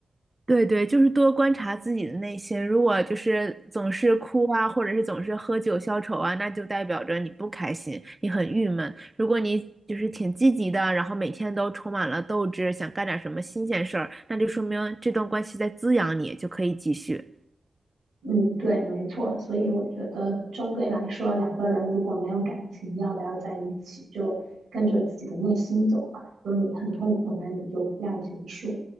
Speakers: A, on the right; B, on the right.
A: 对对，就是多观察自己的内心。如果就是总是哭啊，或者是总是喝酒消愁啊，那就代表着你不开心，你很郁闷。如果你就是挺积极的，然后每天都充满了斗志，想干点什么新鲜事儿，那就说明这段关系在滋养你，就可以继续。
B: 嗯，对，没错，所以我觉得终归来说，两个人如果没有感情，要不要在一起，就跟着自己的内心走吧。如果你很痛苦那你就不要结束。